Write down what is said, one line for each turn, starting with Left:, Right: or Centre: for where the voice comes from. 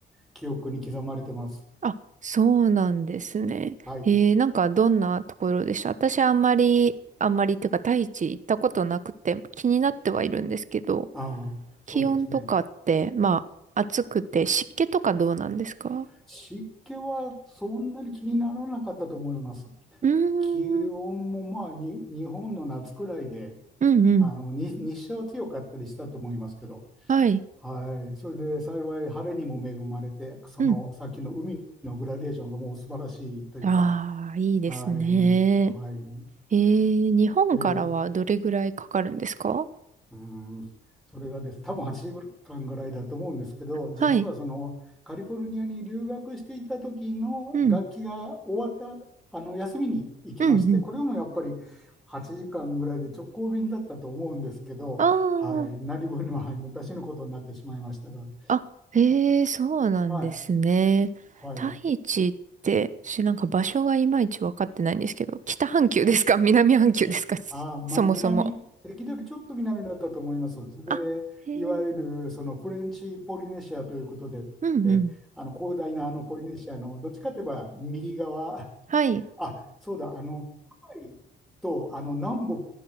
Centre: 記憶に刻まれてます。
Right: あ、そうなんですね。
Centre: はい。
Right: えー、なんかどんなところでした私あんまり、あんまりっていうか、大地行ったことなくて気になってはいるんですけど、
Centre: ああ、そうですね。
Right: 気温とかって、まあ、暑くて湿気とかどうなんですか
Centre: 湿気はそんなに気にならなかったと思います。
Right: うー
Centre: 気温もまあに日本の夏くらいで、
Right: ん、うんうん。
Centre: あのに日射は強かったりしたと思いますけど、
Right: はい。
Centre: はい、それで幸い晴れにも恵まれて、そのさっきの海のグラデーションがもう素晴らしいというか、
Right: うん。ああ、いいですね。
Centre: はい、はい。
Right: えー、日本からはどれぐらいかかるんですか
Centre: で、うーん、それがです、多分8時間ぐらいだと思うんですけど、実はそのカリフォルニアに留学していた時の学期が終わったあの休みに行きまして、
Right: はい。うん、うん、うん。
Centre: これもやっぱり8時間ぐらいで直行便だったと思うんですけど、
Right: ああ。
Centre: はい、何分にも、はい、昔のことになってしまいましたが、
Right: あ、へえ、そうなんですね。
Centre: はい、はい。
Right: 大地って、私なんか場所がいまいちわかってないんですけど、北半球ですか <laughs> 南半球ですか <laughs>
Centre: あー、まあ、
Right: そもそも。
Centre: 南、関取ちょっと南だったと思います。で、
Right: あ、へえ、
Centre: いわゆるそのフレンチポリネシアということで、
Right: うんうん。
Centre: あの広大なあのポリネシアのどっちかといえば右側、
Right: はい。
Centre: あ、そうだ、あの、ハワイとあの南北